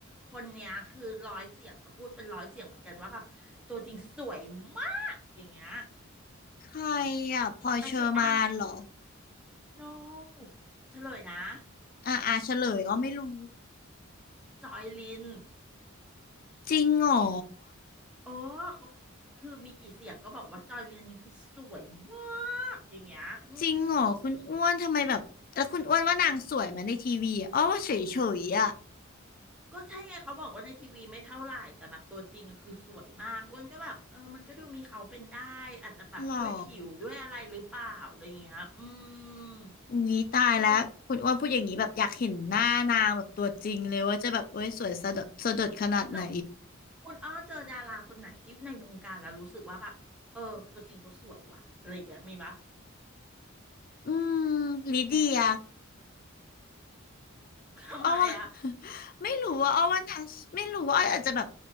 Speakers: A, in the centre; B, on the left.
A: คนเนี้ยคือร้อยเสียงก็พูดเป็นร้อยเสียงเหมือนกันว่าแบบตัวจริงสวยมากอย่างเงี้ย
B: ใครอ่ะพลอยเชอร์มานเหรอ
A: ไม่ใช่อ้ำ no เฉลยนะ
B: อ่าอ่าเฉลยอ๋อไม่รู้
A: จอยลิน
B: จริงเหรอ
A: เออเขาคือมีกี่เสียงก็บอกว่าจอยลินนี่คือสวยมากอย่างเงี้ยอืม
B: จริงเหรอคุณอ้วนทำไมแบบแล้วคุณอ้วนว่านางสวยไหมาในทีวีอะอ้อว่าเฉยเฉยอ่ะ
A: ก็ใช่ไงเขาบอกว่าในทีวีไม่เท่าไหร่แต่แบบตัวจริงอะคือสวยมากอ้วนก็แบบเออมันก็ดูมีเขาเป็นได้อาจจะแบบด้วยผิวด้วยอะไรหรือเปล่าอะไรอย่างเงี้ยอืม
B: หรออุ้ยตายแล้วคุณอ้วนพูดอย่างนี้แบบอยากเห็นหน้านางแบบตัวจริงเลยว่าจะแบบเอ้ยสวยสะดดสะดดขนาดไหน
A: ก็เลยแล้วคุณอ้อเจอดาราคนไหนที่ในวงการแล้วรู้สึกว่าแบบเออตัวจริงเขาสวยว่ะอะไรอย่างเงี้ยมีปะ
B: อืมลิเดีย
A: ทำไมอ่ะ
B: อ้อว่า <laughs> ไม่รู้ว่าอ้อว่าทางไม่รู้ว่าอ้ออาจจะแบบ